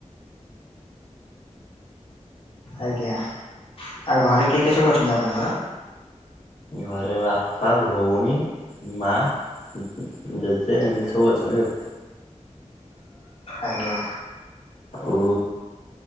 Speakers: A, on the left; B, on the left.
A: ଆଜ୍ଞା ଆଉ ଘରେ କିଏ କିଏ ସବୁ ଅଛନ୍ତି ଆପଣଙ୍କର?
B: ଘରେ ବାପା ଭଉଣୀ ମା ଜେଜେ ଏମିତି ସବୁ ଅଛନ୍ତି ଆଉ।
A: ଆଜ୍ଞା
B: ଓ